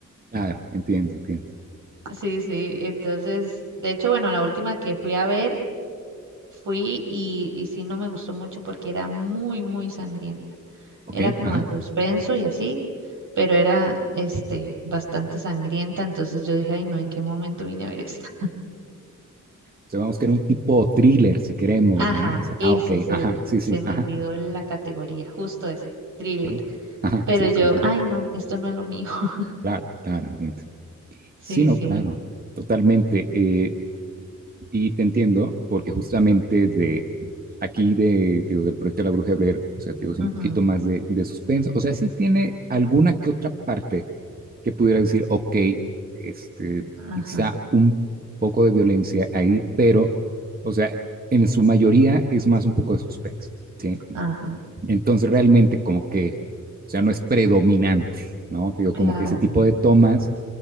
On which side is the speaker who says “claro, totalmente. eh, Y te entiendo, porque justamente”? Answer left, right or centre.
Right